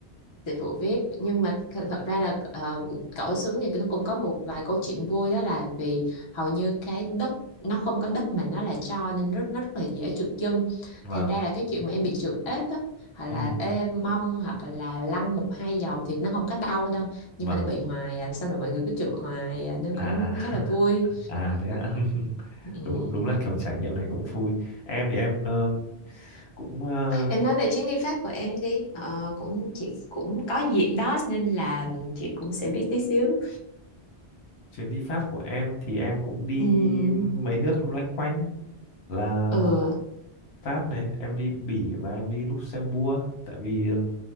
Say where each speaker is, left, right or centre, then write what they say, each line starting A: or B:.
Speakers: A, on the left (about 30°); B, on the left (about 70°).
A: dịch vụ viết nhưng mà th- thật ra là ờ, cẩu xuống thì nó cũng có một vài câu chuyện vui đó là vì hầu như cái đất nó không có đất mà nó là cho nên rất nó rất là dễ trượt chân
B: vâng
A: thành ra là cái chuyện mà em bị trượt ếch á hoặc
B: ừ
A: là ê mông hoặc là lăn một hai vòng thì nó không có đau đâu nhưng
B: vâng
A: mà nó bị hoài à xong rồi mọi người cứ trượt hoài à, nên
B: à
A: cũng
B: à
A: khá là vui
B: <laughs> à thế ạ <laughs>
A: ừ.
B: đúng đúng là kiểu trải nghiệm này cũng vui em thì em ờ, cũng ờ,
A: em nói về chuyến đi Pháp của em đi Ờ, cũng chị cũng có dịp đó nên là chị cũng sẽ biết tí xíu
B: chuyến đi Pháp của em thì em cũng đi
A: Ừ,
B: mấy nước loanh quanh là
A: ừ.
B: Pháp này em đi Bỉ và em đi Luxembourg tại vì ừm,